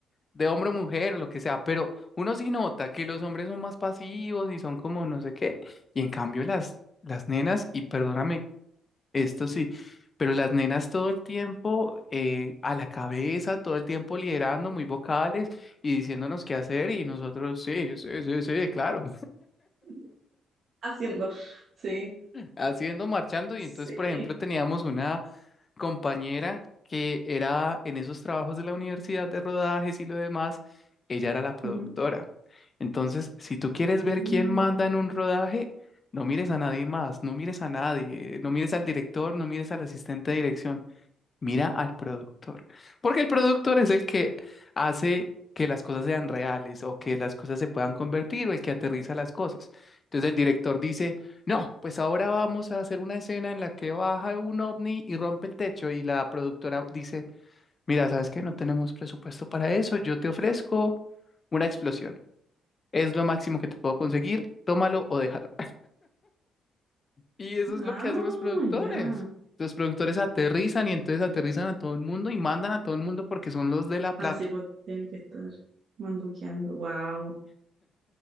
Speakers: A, on the left; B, on the right.
A: de hombre o mujer o lo que sea, pero uno sí nota que los hombres son más pasivos y son como no sé qué, y en cambio las, las nenas, y perdóname, esto sí, pero las nenas todo el tiempo eh, a la cabeza, todo el tiempo liderando, muy vocales y diciéndonos qué hacer, y nosotros sí, sí, sí, sí, claro.
B: <laughs> Haciendo. Sí,
A: haciendo, marchando. Y
B: sí.
A: entonces, por ejemplo, teníamos una compañera que era en esos trabajos de la universidad de rodajes y lo demás, ella era la productora.
B: Ujú.
A: Entonces, si tú quieres
B: Mm,
A: ver quién manda en un rodaje, no mires a nadie más, no mires a nadie, no mires al director, no mires al asistente de dirección. Mira al productor, porque el productor es el que hace que las cosas sean reales o que las cosas se puedan convertir o el que aterriza las cosas. Entonces el director dice, no, pues ahora vamos a hacer una escena en la que baja un ovni y rompe el techo y la productora dice, mira, ¿sabes qué? No tenemos presupuesto para eso, yo te ofrezco una explosión. Es lo máximo que te puedo conseguir, tómalo o déjalo. Y eso es
B: Ah,
A: lo que hacen los productores.
B: ya.
A: Los productores aterrizan y entonces aterrizan a todo el mundo y mandan a todo el mundo porque son los de la plata.
B: Ah, sí, pues tienen que estar manduqueando. Wow.